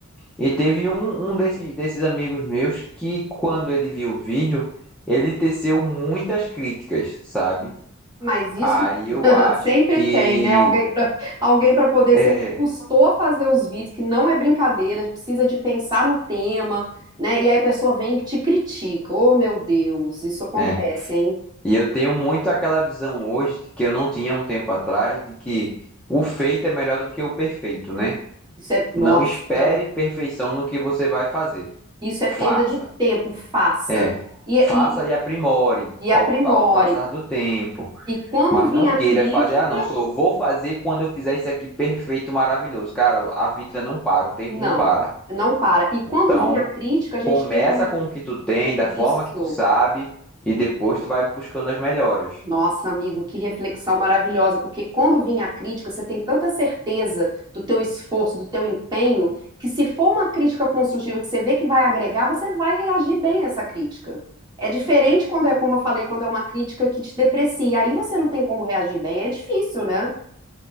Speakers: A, in the centre; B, on the right.
A: E teve um, um desses, desses amigos meus que, quando ele viu o vídeo, ele teceu muitas críticas, sabe?
B: Mas isso
A: Aí eu
B: <laughs>
A: acho
B: sempre
A: que.
B: tem, né? Alguém para alguém para poder
A: É,
B: ser custou a fazer os vídeos, que não é brincadeira, precisa de pensar no tema, né? E aí a pessoa vem e te critica. Oh, meu Deus, isso acontece,
A: é.
B: hein?
A: E eu tenho muito aquela visão hoje de que eu não tinha um tempo atrás de que o feito é melhor do que o perfeito, né?
B: Isso é, nossa,
A: Não espere perfeição no que você vai fazer.
B: isso é
A: Faça.
B: perda de tempo, faça.
A: É.
B: E, e,
A: Faça e aprimore
B: e
A: ao,
B: aprimore.
A: ao passar do tempo.
B: E quando
A: Mas
B: vinha
A: não
B: a
A: queira
B: crítica,
A: fazer, ah, não, só vou fazer quando eu fizer isso aqui perfeito, maravilhoso. Cara, a vida não para, o tempo
B: não,
A: não para.
B: não para. E quando
A: Então,
B: vinha a crítica, a gente
A: começa
B: ter como
A: com o que tu tem, da
B: isso.
A: forma que tu sabe, e depois tu vai buscando as melhoras.
B: Nossa, amigo, que reflexão maravilhosa, porque quando vem a crítica, você tem tanta certeza do teu esforço, do teu empenho, que se for uma crítica construtiva que você vê que vai agregar, você vai reagir bem a essa crítica. É diferente quando é, como eu falei, quando é uma crítica que te deprecia, aí você não tem como reagir bem, é difícil, né?